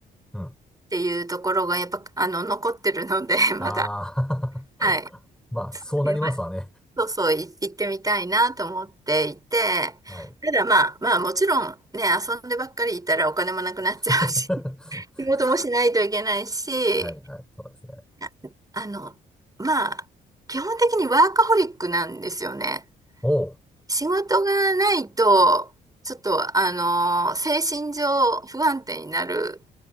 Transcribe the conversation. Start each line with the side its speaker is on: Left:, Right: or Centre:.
Centre: うん。
Right: ていうところがやっぱ、あの、残ってるので、<laughs> まだ。
Centre: ああ
Right: はい。
Centre: <laughs> まあ、そうなりますわね。
Right: でまあそうそう、い行ってみたいなと思っていて、
Centre: はい。
Right: ただまあ、まあもちろんね、遊んでばっかりいたらお金もなくなっちゃうし、
Centre: <laughs>
Right: <laughs> 仕事もしないといけないし、
Centre: はい、はい、そうですね。
Right: ああの、まあ、基本的にワーカホリックなんですよね。
Centre: おう。
Right: 仕事がないと、ちょっと、あの、精神上不安定になる